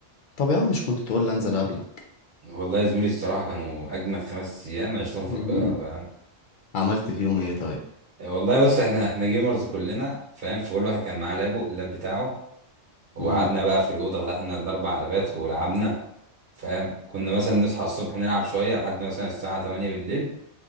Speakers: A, on the left (about 60°); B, on the right (about 55°).
A: طب يا عم مش كنت تقول لي انزل قبلك
B: والله يا زميلي الصراحه كانوا اجمد خمس ايام عشتهم
A: <laughs>
B: في القاهره فاهم
A: عملت فيهم ايه طيب
B: والله بص احنا احنا جيمرز كلنا فاهم فكل واحد كان معاه لابه اللاب بتاعه وقعدنا
A: امم
B: بقى في الأوضة فتحنا الأربع لبات ولعبنا فاهم كنا مثلا نصحى الصبح نلعب شوية لحد مثلا الساعة 8 بالليل